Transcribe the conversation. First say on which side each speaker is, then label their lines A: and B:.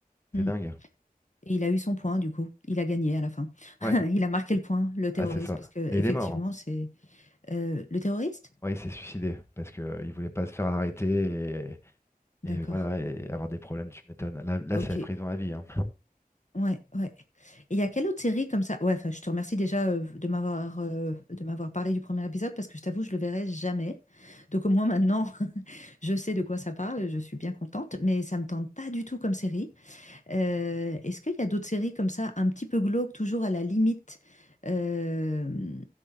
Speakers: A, on the left; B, on the left.
A: Hmm.
B: c'est dingue
A: Et il a eu son point, du coup. Il a gagné à la fin.
B: ouais
A: <laughs> Il a marqué le point, le terroriste,
B: ah c'est ça
A: parce que
B: mais il
A: effectivement,
B: est mort hein.
A: c'est euh, le terroriste?
B: Ouais, il s'est suicidé parce que euh, il voulait pas se faire arrêter et,
A: D'accord.
B: et voilà et avoir des problèmes, tu m'étonnes. Là, là,
A: Ok.
B: c'est la prison à vie, hein.
A: Ouais, ouais. Et il y a quelle autre série comme ça? Ouais, enfin, je te remercie déjà euh, de m'avoir euh, de m'avoir parlé du premier épisode parce que je t'avoue, je le verrai jamais. Donc au moins maintenant, <laughs> je sais de quoi ça parle, je suis bien contente, mais ça me tente pas du tout comme série. Euh, est-ce qu'il y a d'autres séries comme ça, un petit peu glauques, toujours à la limite Euh,